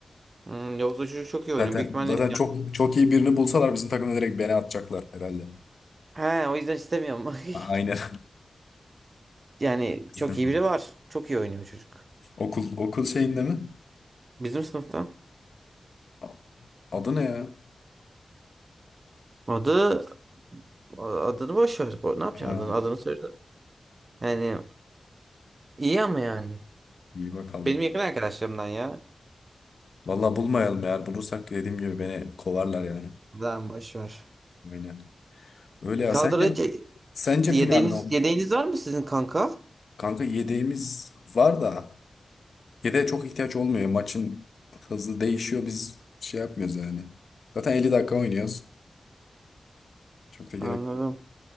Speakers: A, on the right; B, on the left.
A: Hmm, yoksa çocuk çok iyi oynuyor.
B: Zaten
A: Büyük ihtimalle
B: zaten
A: yani.
B: çok çok iyi birini bulsalar bizim takımda direkt beni atacaklar herhalde.
A: He o yüzden istemiyorum.
B: A-
A: <laughs>
B: Aynen.
A: Yani
B: <laughs>
A: çok iyi biri var. Çok iyi oynuyor çocuk.
B: Okul okul şeyinde mi?
A: Bizim sınıfta.
B: A- Adı ne ya?
A: Adı adını boş ver. Bu- Ne yapacaksın
B: Ha,
A: adını? Adını söyle. Yani iyi ama yani.
B: iyi bakalım.
A: Benim yakın arkadaşlarımdan ya.
B: Vallahi bulmayalım eğer bulursak dediğim gibi beni kovarlar yani.
A: Lan boş ver.
B: Aynen. Öyle ya.
A: Kadroda
B: Sence
A: hiç-
B: sence
A: yedeğiniz,
B: final ne olur?
A: yedeğiniz var mı sizin kanka?
B: Kanka yedeğimiz var da yedeğe çok ihtiyaç olmuyor. Maçın hızı değişiyor. Biz şey yapmıyoruz yani. Zaten 50 dakika oynuyoruz. Çok da gerek
A: Anladım.
B: yok.